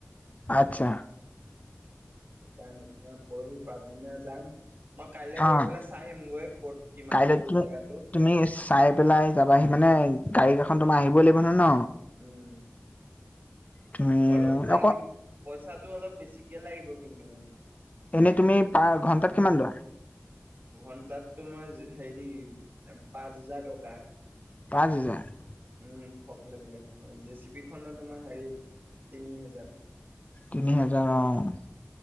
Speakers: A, on the left; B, on the right.
A: আচ্ছা
B: সেইকাৰণে তোমাৰ পৰহি পাছদিনা যাম মই কাইলৈ
A: অঁ
B: গৈ পেলাই চাই আহিম গৈ ক'ত কিমান
A: কাইলৈ
B: দূৰ
A: তুমি
B: জেগাটো।
A: তুমি চাই পেলাই যাবাহি মানে গাড়ী কেইখন তোমাৰ আহিবই লাগিব নহয় ন?
B: উম।
A: তুমি
B: অলপ লাগিব
A: অক
B: পইচাটো অলপ বেছিকে লাগিব কিন্তু মোক।
A: এনেই তুমি পা ঘন্টাত
B: দূৰ
A: কিমান
B: বল
A: লোৱা
B: ঘণ্টাত তোমাৰ জ হেৰি পাঁচ হাজাৰ টকা।
A: পাঁচ হাজাৰ?
B: উম ফকলেনখনৰ, জেচিবি খনৰ তোমাৰ হেৰিত তিনি হাজাৰ।
A: তিনি হাজাৰ অ'।